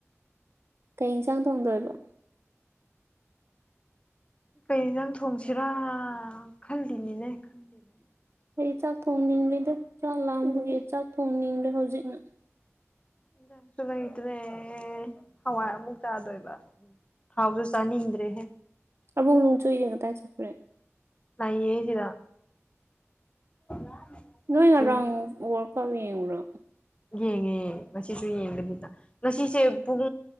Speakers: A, on the right (about 60°); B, on the left (about 25°).
A: ꯀꯩ ꯌꯦꯟꯁꯥꯡ ꯊꯣꯡꯗꯣꯏꯕꯣ
B: ꯀꯩ ꯏꯟꯁꯡ ꯊꯣꯡꯁꯤꯔꯥ ꯈꯜꯂꯤꯅꯤꯅꯦ <unintelligible>
A: ꯑꯩ ꯆꯥꯛ ꯊꯣꯡꯅꯤꯡꯗꯦꯗ ꯆꯥꯛ ꯂꯥꯝꯕꯒꯤ ꯆꯥꯛ ꯊꯣꯡꯅꯤꯡꯗ꯭ꯔꯦ ꯍꯧꯖꯤꯛꯅ
B: ꯌꯦꯟꯖꯥꯡꯁꯨ ꯂꯩꯇ꯭ꯔꯦ ꯍꯋꯥꯏ ꯑꯃꯨꯛ ꯆꯥꯗꯣꯏꯕ ꯊꯥꯎꯁꯨ ꯆꯥꯅꯤꯡꯗ꯭ꯔꯦꯍꯦ
A: ꯑꯕꯨꯡ ꯂꯣꯡꯆꯨꯏꯅ ꯀꯗꯥꯥꯏ ꯆꯠꯈ꯭ꯔꯦ
B: ꯂꯩꯌꯦ ꯁꯤꯗ <unintelligible>
A: ꯅꯣꯏ ꯉꯔꯥꯥꯡ
B: ꯌꯨꯝ
A: ‌ꯋ꯭ꯔꯥꯜꯀꯞ ꯌꯦꯡꯕ꯭ꯔꯣ
B: ꯌꯦꯡꯉꯦ ꯉꯁꯤꯁꯨ ꯌꯦꯡꯒꯅꯤꯗ ꯉꯁꯤꯁꯦ ꯄꯨꯡ